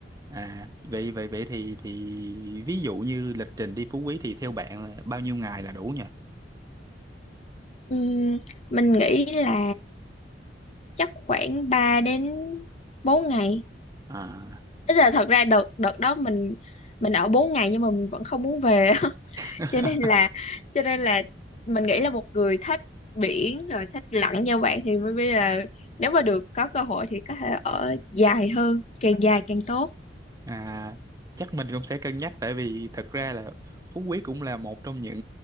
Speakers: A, on the right; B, on the left.
A: à vậy vậy vậy thì thì ví dụ như lịch trình đi Phú Quý thì theo bạn là bao nhiêu ngày là đủ nhỉ
B: Ừm, mình nghĩ là chắc khoảng 3 đến 4 ngày
A: à
B: Tức là thật ra đợt đợt đó mình mình ở 4 ngày nhưng mà mình vẫn không muốn về
A: <laughs>
B: cho nên là cho nên là mình nghĩ là một người thích biển rồi thích lặn như bạn thì mới biết là nếu mà được có cơ hội thì có thể ở dài hơn càng dài càng tốt
A: à chắc mình cũng sẽ cân nhắc tại vì thật ra là Phú Quý cũng là một trong những